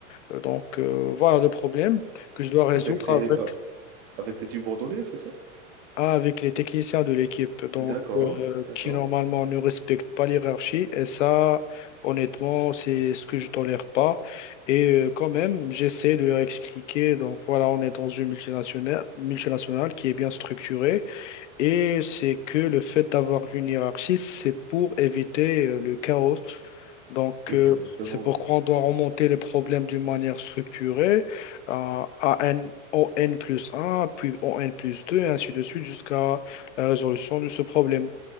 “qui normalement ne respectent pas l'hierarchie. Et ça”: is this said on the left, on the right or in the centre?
Left